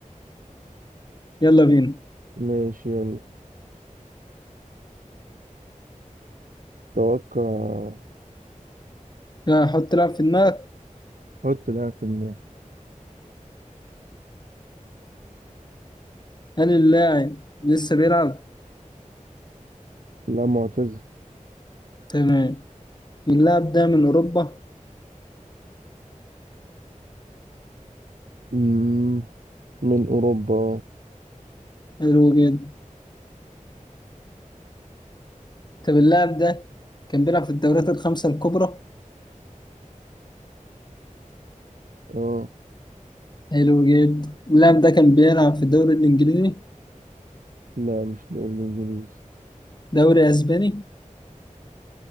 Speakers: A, on the left (about 30°); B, on the right (about 80°).
A: يلا بينا
B: ماشي يلا توقع
A: لا، حط لاعب في دماغك
B: حط لاعب في دماغك
A: هل اللاعب لسه بيلعب؟
B: لا معتزل
A: تمام اللاعب ده من أوروبا؟
B: مم، من اوروبا
A: حلو جدا طب اللاعب ده كان بيلعب في الدوريات الخمسة الكبرى؟
B: اه
A: حلو جدا اللاعب ده كان بيلعب في الدوري الإنجليزي؟
B: لا مش دوري الانجليزي
A: دوري أسباني؟